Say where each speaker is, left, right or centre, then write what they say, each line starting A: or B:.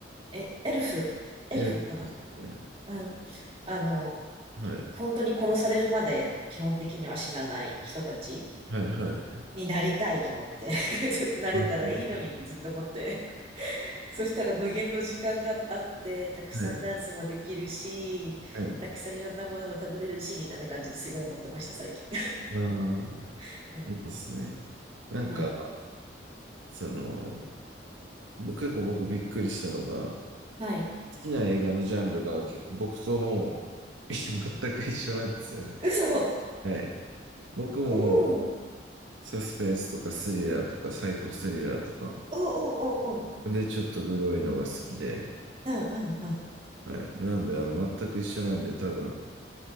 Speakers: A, on the right (about 30°); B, on the right (about 85°).
A: え、エルフ、エルフかな。
B: エルフですね。
A: うん。あの、
B: はい。
A: 本当に殺されるまで基本的には死なない人たち
B: はい、はい。
A: になりたいと思って、<laughs> なれたらいいのにってずっと思って。
B: あの <laughs>
A: そしたら無限の時間があって、たくさんダンスもできるし、
B: はい、はい。
A: たくさんいろんなものも食べれるし、みたいな感じですごい思ってました、最近。
B: ああ、
A: <laughs> うん。
B: いいですね。なんか、
A: うん。
B: その、結構僕びっくりしたのが、好
A: はい。
B: きな映画のジャンルがけ僕ともう <laughs> 全く一緒なんですよね。
A: 嘘
B: はい。僕も
A: おーおー
B: サスペンスとかスリラーとかサイコスリラーとか、
A: おーおーおー
B: で、ちょっとグロいのが好きで、
A: うんうんうん
B: はい。なんで、あの、全く一緒なんで、多分、